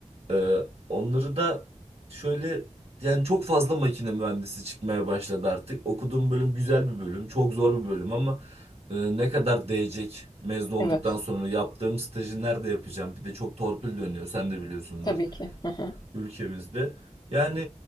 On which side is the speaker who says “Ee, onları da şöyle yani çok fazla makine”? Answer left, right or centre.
Right